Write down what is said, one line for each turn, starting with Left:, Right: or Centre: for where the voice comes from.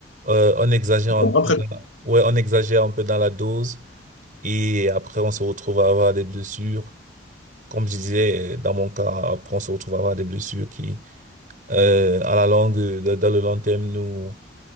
Right: Euh, on exagère
Left: Je
Right: un
Left: comprends
Right: peu
Left: très
Right: dans
Left: bien.
Right: la... ouais, on exagère un peu dans la dose et après on se retrouve à avoir des blessures. Comme je disais, euh, dans mon cas, après on se retrouve à avoir des blessures qui, euh, à la longue, euh, dans dans le long terme, nous